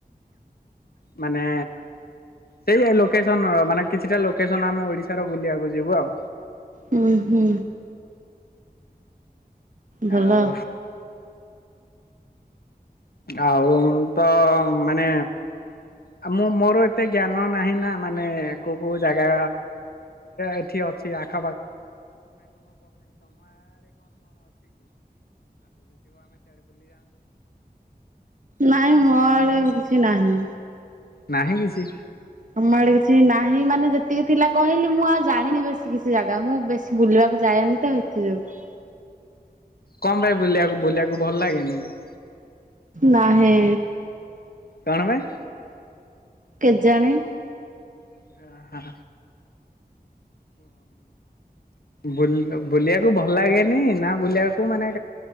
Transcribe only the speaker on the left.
ମାନେ ସେଇ ଲୋକେସନ ର ମାନେ କିଛିଟା ଲୋକେସନ ଆମେ ଓଡିଶାର ବୁଲିବାକୁ ଯିବୁ ଆଉ
ଆଉ। ଆଉ ତ ମାନେ ଆଉ ମୁଁ ମୋର ଏତେ ଜ୍ଞାନ ନାହିଁ ନା ମାନେ କୋଉ କୋଉ ଜାଗା ଏଠି ଅଛି ଆଖ
ନାହିଁ କିଛି
କମ ପାଇଁ ବୁଲିବାକୁ ବୁଲିବାକୁ ଭଲ ଲାଗେନି କି।
କଣ ପାଇଁ।
<unintelligible> ବୁଲିବାକୁ ଭଲ ଲାଗେନି ନା ବୁଲିବାକୁ ମାନେ